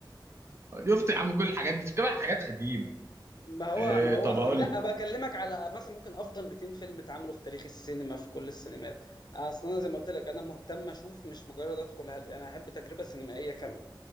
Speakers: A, on the right; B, on the left.
A: شفت يا عم كل الحاجات دي كمان حاجات قديمة
B: ما هو
A: إيه
B: ما هو
A: طب اقول
B: لا
A: لك.
B: بكلمك على مثلا ممكن افضل 200 فيلم اتعملوا في تاريخ السينما في كل السينمات اصل انا زي ما قلت لك انا مهتم اشوف مش مجرد ادخل هل... انا احب تجربه سينمائيه كامله